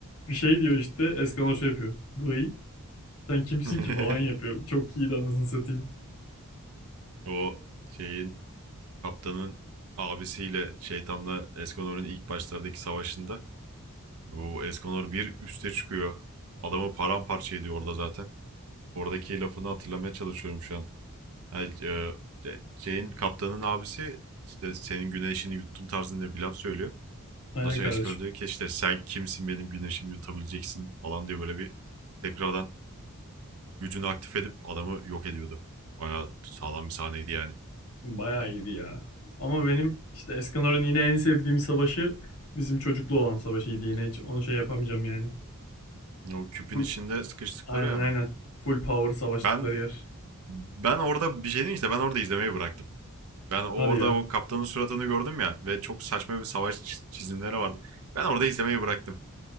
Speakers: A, on the left; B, on the right.
A: bir şey diyor işte Eskanor şey yapıyor. Vıy sen kimsin
B: <laughs>
A: ki falan yapıyor. Çok iyiydi anasını satayım.
B: o şeyin kaptanın abisiyle şeytanla Esconor'un ilk başlardaki savaşında bu Esconor bir üste çıkıyor. Adamı paramparça ediyor orada zaten. Oradaki lafını hatırlamaya çalışıyorum şu an. Hani, e, şeyin kaptanın abisi işte senin güneşini yuttum tarzında bir laf söylüyor.
A: Aynen
B: Ondan sonra
A: kardeşim.
B: Eskor diyor ki işte sen kimsin benim güneşimi yutabileceksin falan diye böyle bir tekrardan gücünü aktif edip adamı yok ediyordu. Bayağı sağlam bir sahneydi yani.
A: Bayağı iyiydi ya. Ama benim işte Eskanor'un yine en sevdiğim savaşı bizim çocuklu olan savaşıydı yine. Hiç onu şey yapamayacağım yani.
B: O küpün
A: Bu
B: içinde sıkıştıkları
A: Aynen
B: yani.
A: aynen. Full power savaştıkları
B: Ben
A: yer.
B: ben orada bir şey diyeyim işte ben orada izlemeyi bıraktım. Ben orada
A: Hadi ya.
B: o kaptanın suratını gördüm ya ve çok saçma bir savaş çiz- çizimleri vardı. Ben orada izlemeyi bıraktım.